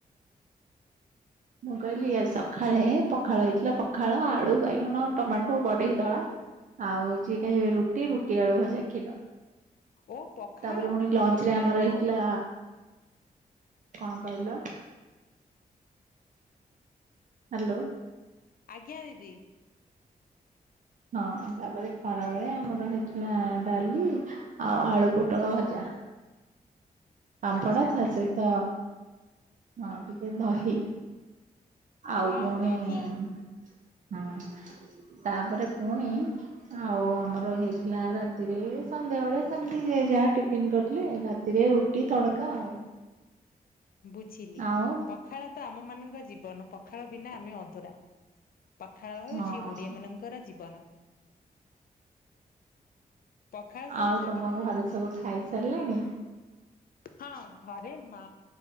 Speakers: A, on the right; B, on the left.
A: ମୁଁ କହିଲି ସକାଳେ ପଖାଳ ହେଇଥିଲା ପଖାଳ, ଆଳୁ, ବାଇଗଣ, ଟମାଟୋ ଗଡେଇ ଦଳା ଆଉ ଯିଏ ଖାଇ ରୁଟି, ରୁଟି, ଆଳୁ ଭଜା, କ୍ଷୀର।
B: ଓ ପଖାଳ
A: ତାପରେ ପୁଣି ଲଞ୍ଚ
B: ପଖାଳ
A: ରେ ଆମର ହେଇଥିଲା
B: ତ ଓ
A: କଣ କହିଲ? ହାଲୋ।
B: ଆଜ୍ଞା ଦିଦି।
A: ହଁ ତାପରେ ଖରା ବେଳେ ଆମର ହେଇଥିଲା ଡାଲି ଆଉ ଆଳୁ ପୋଟଳ ଭଜା। ପାମ୍ପଡ଼
B: ଆଚ୍ଛା
A: ତା ସହିତ ହ ଟିକେ ଦହି ଆଉ
B: ୱାଓ
A: ପୁଣି
B: ଦହି
A: ଉଁ ହଁ ତାପରେ ପୁଣି ଆଉ ଆମର ହେଇଥିଲା ରାତିରେ ସନ୍ଧ୍ୟା ବେଳେ ସେମିତି ଯିଏ ଯାହା ଟିଫନ୍ କରିଥିଲେ ରାତିରେ ରୁଟି ତଡକା ଆଉ।
B: ବୁଝିଲି
A: ଆଉ
B: ପଖାଳ ତ ଆମ ମାନଙ୍କୁ ଜୀବନ ପଖାଳ ବିନା ଆମେ ଅଧୁରା। ପଖାଳ ହଉଚି
A: ହଁ
B: ଓଡ଼ିଆମାନଙ୍କର ଜୀବନ। ପଖାଳ ସହିତ
A: ଆଉ ତମ
B: ଟିକେ
A: ଘରେ ସବୁ ଖାଇସାରିଲେଣି?
B: ହଁ ଘରେ ମା